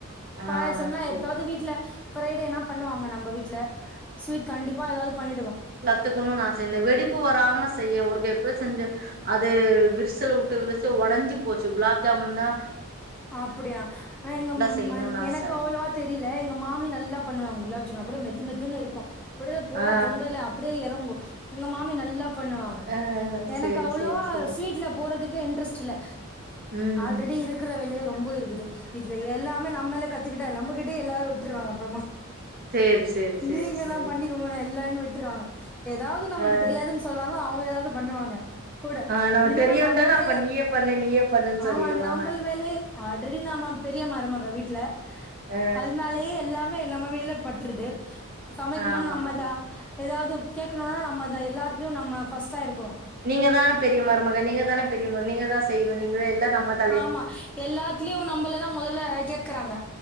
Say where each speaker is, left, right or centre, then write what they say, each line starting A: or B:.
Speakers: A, on the right (about 40°); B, in the centre.
A: ஆ
B: பாயாசமெல்லா
A: சேரி
B: எப்பயாது வீட்ல ஃப்ரைடேனா பண்ணுவாங்க நம்ம வீட்ல ஸ்வீட் கண்டிப்பா எதாவது பண்ணிடுவோ
A: த்துக்கணு ஆச இந்த வெடிப்பு வராம செய்ய ஒருக்கு எப்டி செஞ்ச அது விரசல் விட்டு விரிச ஒடஞ்சு போச்சு குலாப் ஜாமுன்தா
B: அப்டியா எங்கம்
A: செய்யணுனு ஆச
B: எனக்கு அவ்ளவா தெரில எங்க மாமி நல்லா பண்ணுவாங்க குலாப்ஜாம் கூட மெது மெதுன்னு இருக்கு அப்டியே போட்டா
A: ஆ
B: தொண்டைல அப்டியே எறங்கு எங்க மாமி நல்லா பண்ணுவாங்க
A: ஆ
B: எனக்கு
A: சேரி
B: அவ்ளவா
A: சேரி சேரி
B: ஸ்வீட்ல போறதுக்கு இன்ட்ரெஸ்ட் இல்ல
A: ம்
B: ஆல்ரெடி இரு க்கற வேலயே ரொம்ப இருக்குது இதுல எல்லாமே நம்மளே கத்துகிட்டா நம்மகிட்டயே எல்லாரு விட்டுருவாங்க அப்புறமா
A: சேரி சேரி சேரி
B: நீங்கதா
A: சேரி
B: பண்ணிங்கம்போல இல்லனு விட்டுருவாங்க எதாவது நம்மளுக்கு
A: ஆ
B: தெரியாதுன் சொன்னாதா அவுங்க எதாவது பண்ணுவாங்க கூட
A: ஆ நம்ம
B: இல்லனா
A: தெரியுன்ட்டோனா
B: நம்மளே
A: அப்ப நீயே பண்ணு நீயே பண்ணுன்னு
B: ஆமா
A: சொல்லிருவாங்க
B: நம் மேலயே ஆல்ரெடி நாம பெரிய மருமக வீட்ல
A: ஆ
B: அதனாலயே எல்லா மே நம்ம வேல பட்டுருது சமைக்கணு
A: ஆமா
B: நம்மதா
A: ஆமா
B: எதாவது கேட்கணுனா நம்மதா எல்லாத்தலயு நம்ம ஃபர்ஸ்ட்டா இருக்குறோ
A: நீங்கதான பெரிய மருமக நீங்கதான பெரிய ம நீங்கதா செய்யணு நீங்கதா எல்லா நம்மட்ட
B: ஆமா எல்லாத்துலயு நம்மளதா மொதல்ல கேக்கறாங்க